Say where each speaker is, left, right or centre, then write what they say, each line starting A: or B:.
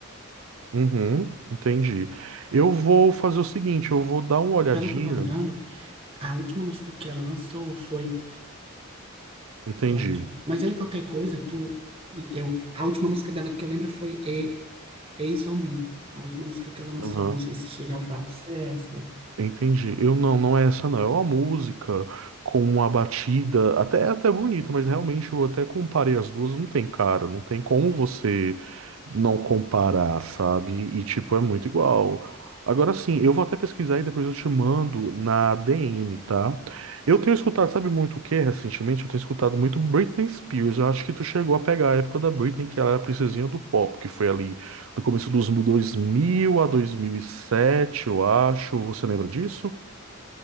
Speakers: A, on the right; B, on the right.
A: Uhum, entendi. Eu vou fazer o seguinte, eu vou dar uma olhadinha,
B: pelo que eu tô lembrando. A última música que ela lançou foi.
A: entendi.
B: Pronto. Mas aí qualquer coisa, tu. Eu, a última música dela que eu lembro foi E- Eyes on Me. A última música que ela lançou.
A: Aham.
B: Não sei se chega ao fato. se É essa.
A: Entendi. Eu não, não é essa não. É uma música com uma batida até até bonita, mas realmente eu até comparei as duas, não tem cara, não tem como você não comparar, sabe? E tipo, é muito igual. Agora sim, eu vou até pesquisar e depois eu te mando na DM, tá? Eu tenho escutado, sabe muito o que recentemente? Eu tenho escutado muito Britney Spears. Eu acho que tu chegou a pegar a época da Britney, que ela era a princesinha do pop, que foi ali no começo dos 2000 a 2007, eu acho. Você lembra disso?